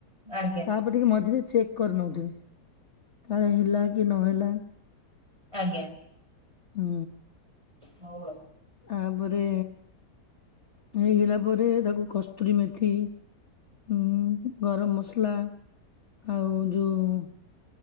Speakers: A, on the right; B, on the left.
A: ଆଜ୍ଞା।
B: ମ ଟିକିଏ ମଝିରେ ଚେକ୍ କରିନେଉଥିବେ କାଳେ ହେଲା କି ନହେଲା।
A: ଆଜ୍ଞା।
B: ହୁଁ।
A: ହଁ ବା।
B: ତାପରେ ହେଇଗଲା ପରେ ତାକୁ କସ୍ତୁରୀ ମେଥି ଉ-ଉ-ଉ ଗରମ ମସଲା ଆଉ ଯୋଉଁ